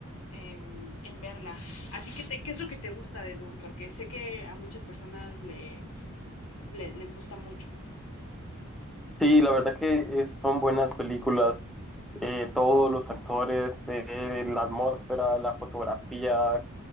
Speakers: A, on the left; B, in the centre.
A: en, en verla. ¿A ti qué, te, qué es lo que te gusta de Dune? Porque sé que a muchas personas le, le- les gusta mucho.
B: Sí, la verdad que es- son buenas películas. Eh, todos los actores, eh, la atmósfera, la fotografía,